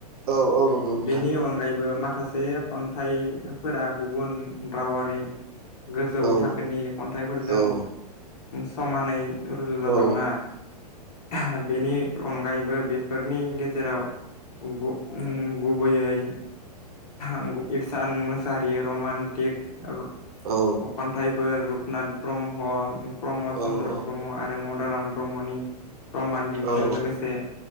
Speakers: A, on the right; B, on the left.
A: औ औ नंगौ नोंथां
B: बेनि अनगायैबो मा खासे खन्थाइफोरा गुबुन रावारि गोजौ
A: औ
B: थाखोनि खन्थाइफोरजों
A: औ
B: समानै रुजु जाथावना
A: औ
B: आह बेनि अनगायैबो बेफोरनि गेजेराव गु गुबैयै उम इरसान मोसाहारि रमान्टिक अखन्थाइफोर
A: औ
B: रुपनाथ ब्रह्म प्रमद चन्द्र
A: औ
B: ब्रह्म आरो मदाराम ब्रह्मनि रमान्टिकजों
A: औ
B: लोगोसे